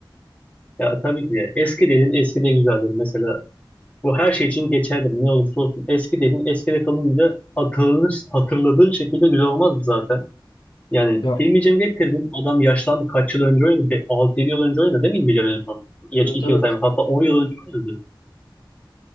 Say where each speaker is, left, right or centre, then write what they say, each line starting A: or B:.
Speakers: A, on the left; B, on the left.
A: Ya tabii ki de. Eski dediğin eski de güzeldir. Mesela Bu her şey için geçerli. Ne olursa olsun. Eski dediğin eskide kalınca hatırlanır, hatırladığın şekilde güzel olmaz mı zaten? Yani
B: Ya
A: Hilmi Cem'i getirdin. Adam yaşlandı. Kaç yıl önce oynadı? 6-7 yıl önce oynadı değil mi Hilmi Cem en son? Geç
B: evet
A: 2
B: evet.
A: yıl sayma. Hatta on yıl önce oynadı.